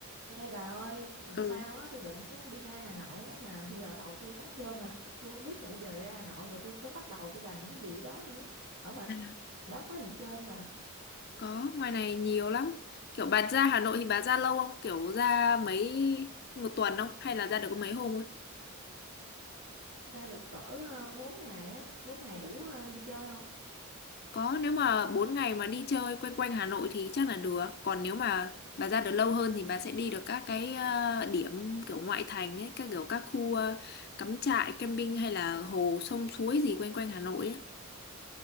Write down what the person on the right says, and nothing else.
Ê bà ơi, tuần
sau á, tôi định á, đi ra Hà Nội á, mà bây giờ đầu tôi trống trơn à. <laughs> Tôi không biết là bây giờ ra Hà Nội rồi tôi phải bắt đầu tôi làm những cái gì đó nữa. Ở ngoài
đó có gì chơi không bà?
Ra được cỡ ờ, 4 ngày á, bốn ngày đủ ờ, đi chơi không?